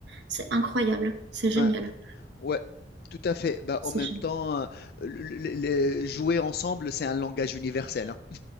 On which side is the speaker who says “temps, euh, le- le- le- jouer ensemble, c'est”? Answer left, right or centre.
Left